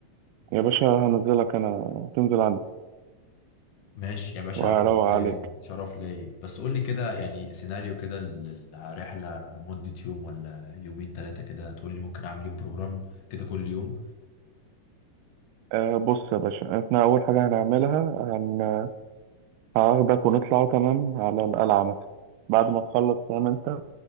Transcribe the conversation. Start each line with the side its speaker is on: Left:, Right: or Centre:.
Right: يا باشا هنزلك انا تنزل عندي
Left: ماشي يا باشا
Right: وهروق عليك
Left: شرف ليا بس قول لي كده يعني سيناريو كده للرحلة مدة يوم ولا يومين ثلاثة كده تقول لي ممكن اعمل ايه بروجرام كده كل يوم
Right: أه بص يا باشا احنا اول حاجة هنعملها هن... هاخدك ونطلع تمام على القلعة مثلا بعد ما تخلص فاهم انت